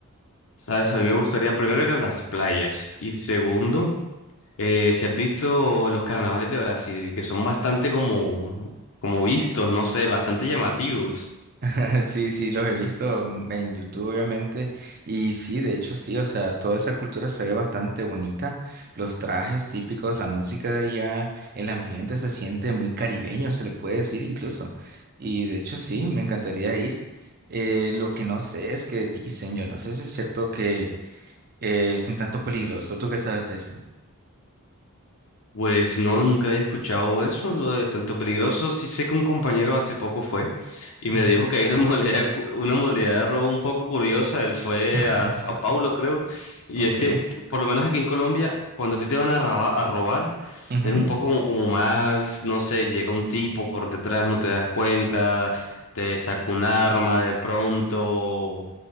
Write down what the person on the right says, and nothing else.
<laughs> Sí, sí, los he visto mm, en YouTube, obviamente. Y sí, de hecho, sí, o sea, toda esa cultura se ve bastante bonita. Los trajes típicos, la música de allá, el ambiente se siente muy caribeño, se le puede decir incluso. Y de hecho, sí, me encantaría ir. Eh, lo que no sé es que dicen, yo no sé si es cierto que eh, es un tanto peligroso. ¿Tú qué sabes de eso?
Ujú,
<laughs>
Ok.
ujú,